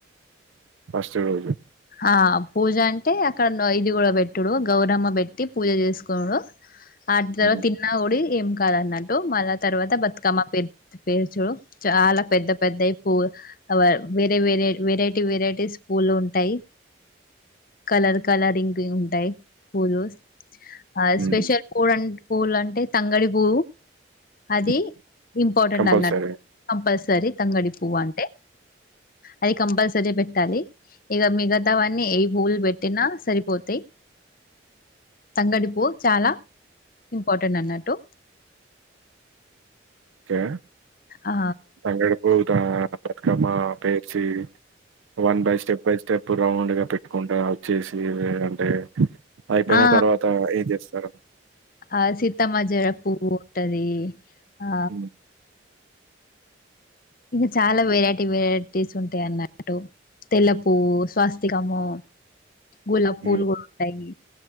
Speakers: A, on the right; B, on the left.
A: ఫస్ట్ రోజు
B: ఆ పూజ అంటే అక్కడ నా ఇది కూడా పెట్టుడు గౌరమ్మ పెట్టి పూజ చేసుకొనుడు ఆ తర్వాత
A: హ్మ్
B: తిన్నా కూడి ఏం కాదు అన్నట్టు మళ్ళా తర్వాత బతుకమ్మ పేరు పేరుచుడు చాలా పెద్ద పెద్దయి పూ వేరే వేరే వెరైటీ వెరైటీస్ పూలు ఉంటాయి కలర్ కలరింగ్ ఉంటాయి పూలుస్ ఆ
A: హ్మ్
B: స్పెషల్ కూల్ అ పూలు అంటే తంగడి పూ అది
A: హ్మ్
B: ఇంపార్టెంట్
A: కంపల్సరీ
B: అన్నట్టు కంపల్సరీ తంగడి పువ్వు అంటే అయి కంపల్సరీ పెట్టాలి ఇక మీగ త్తవన్నీ ఏవి పూలు పెట్టినా సరిపోతాయి తంగడిపు చాలా ఇంపార్టెంట్ అన్నట్టు
A: ఓకే
B: ఆ
A: తంగడు పువ్వు బతుకమ్మా పేర్చి one by step by step round గా పెట్టుకుంటా వచ్చేసి అంటే అయిపోయిన
B: ఆ
A: తర్వాత ఏం చేస్తారు
B: ఆ సీతామజడ పువ్వు ఉంటది ఆ
A: హ్మ్
B: ఇగ చాలా వెరైటీ వెరైటీస్ ఉంటాయి అన్నట్టు తెల్లపు స్వాస్తికము గులాబ
A: హ్మ్
B: పూలు కూడా ఉంటాయి